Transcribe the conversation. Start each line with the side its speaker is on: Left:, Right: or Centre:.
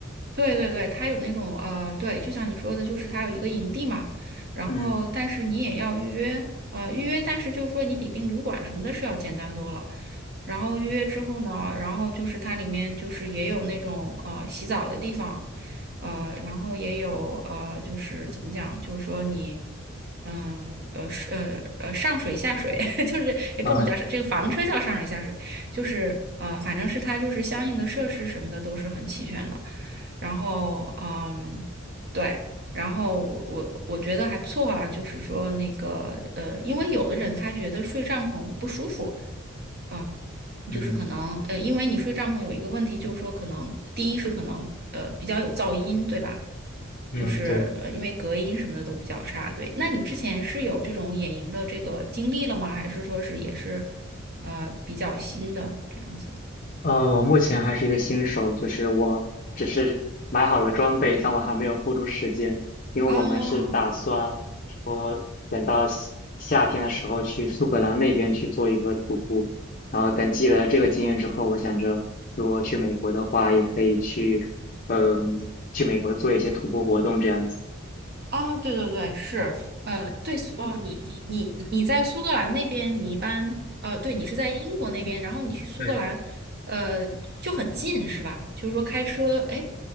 Right: 对对对，它有那种呃，对，就像你说的，就是它有一个营地嘛，然后但是你也要预约，
Left: 嗯
Right: 呃，预约，但是就是说你比订旅馆什么的是要简单多了。然后预约之后呢，然后就是它里面就是也有那种呃洗澡的地方，呃，然后也有呃就是怎么讲，就是说你嗯呃是呃呃上水下水，<laughs> 就是也不能叫上这个房车叫上水下水，
Left: 啊，
Right: 就是呃反正是它就是相应的设施什么的都是很齐全的，然后嗯对。然后我我我觉得还不错啊，就是说那个呃，因为有的人他觉得睡帐篷不舒服，啊。就是可能呃，
Left: 嗯
Right: 因为你睡帐篷有一个问题，就是说可能第一是可能呃比较有噪音，对吧？
Left: 嗯，
Right: 就是呃因为隔音什么的都比较差，
Left: 对。
Right: 对。那你之前是有这种野营的这个经历了吗？还是说是也是呃比较新的这样子？
Left: 呃，我目前还是一个新手，就是我只是买好了装备，但我还没有付出时间，因为我们是打算说等到夏夏天的时候去苏格兰那边去做一个徒步，
Right: 啊？
Left: 然后等积累了这个经验之后，我想着如果去美国的话，也可以去，嗯、去美国做一些徒步活动这样子。
Right: 啊，对对对，是，呃，对，哦，你你你你在苏格兰那边，你一般，呃，对，你是在英国那边，然后你去苏格兰，
Left: 对。
Right: 呃，就很近是吧？就是说开车，哎，